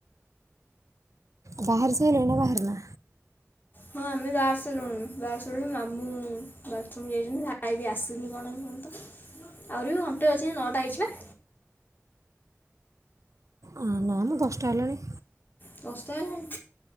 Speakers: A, on the right; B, on the left.
A: ବାହାର ସାଇଲଣି ନା ବାହାରି ନା?
B: ହଁ। ଆମେ ବାହାରି ସାରିଲୁଣି, ବାହାରି ସାରିଲୁଣି ମାମୁଁ ବାଥରୁମ୍ ଯାଇଚନ୍ତି। ଭାଇ ବି ଆସିନି କଣ ଏପର୍ଯ୍ୟନ୍ତ। ଆହୁରି ବି ଘଣ୍ଟେ ଅଛି। ନଅଟା ହେଇଚି ପା?
A: ଅ ନା ମ ଦଶଟା ହେଲାଣି।
B: ଦଶଟା ହେଲାଣି